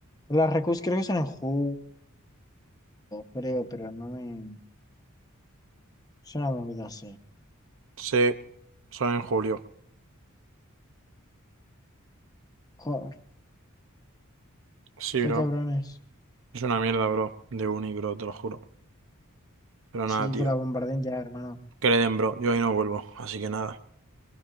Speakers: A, on the left; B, on the right.
A: Las recus creo que son en julio, creo, pero no me... Es una movida así.
B: Sí, son en julio.
A: Joder,
B: Sí,
A: tú
B: bro.
A: cabrones.
B: Es una mierda, bro, de uni, bro, te lo juro. Pero nada,
A: Sí,
B: tío.
A: que la bombarden ya, hermano.
B: Que le den, bro. Yo ahí no vuelvo, así que nada.